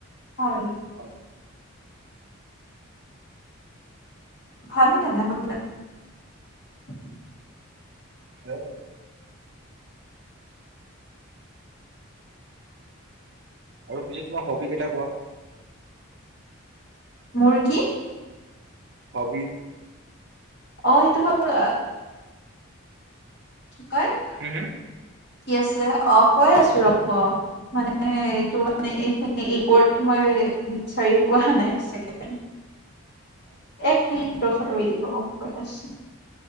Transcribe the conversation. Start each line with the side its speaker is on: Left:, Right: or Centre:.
Left: হয়
Right: হয় <inaudible>
Left: ভাল জানে ভাল <unintelligible>
Right: হয় <inaudible> আৰু পিছে তোমাৰ হবি কেটা কোৱা!
Left: মোৰ কি?
Right: হবি?
Left: অঁ সেইটো হয় <unintelligible> বাৰু তেইত <unintelligible>
Right: হম হম
Left: কি আছিল, অঁ কৈ আছো ৰব, মানে এইটো মানে ৰিপোৰ্ট, মই বিচাৰি ও অহা নাই, এক ছেকেণ্ড, এক মিনিট ৰহ চুন ৰৈ দিব, মই গৈ আছো।